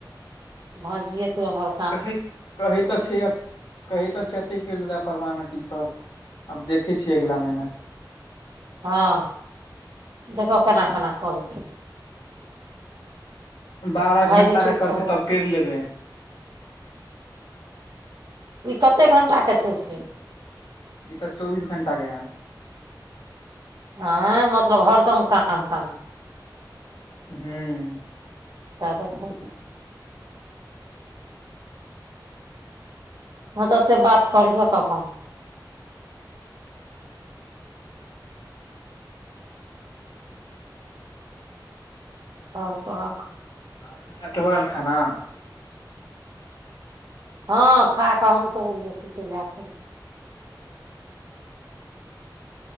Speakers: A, on the right; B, on the left.
A: भ जिएतौ एनहर
B: कहै, कहै तऽ छै कही तऽ छै एत्ते कैर दैल परमामेंट ईसभ, आब देखे छियै अगिला महीना।
A: हँ, देखऽ केना-केना करै छै।
B: बारह
A: भायजी
B: घंटाक
A: ठीक
B: करतै,
A: छौ
B: तब कैर लेबै।
A: ई कत्ते घंटा के छै, से।
B: ई तऽ चौबीस घंटा के यऽ।
A: आँ, मतलब हरदम काम, काम।
B: हूँ
A: तागत <unintelligible> हँ तऽ, से बात करिहक अपन। आओर कहक।
B: अहाँ आरके भऽ गैल खाना।
A: हँ, खा कऽ, हमसभ एलियै, सुतै लऽ अखनी।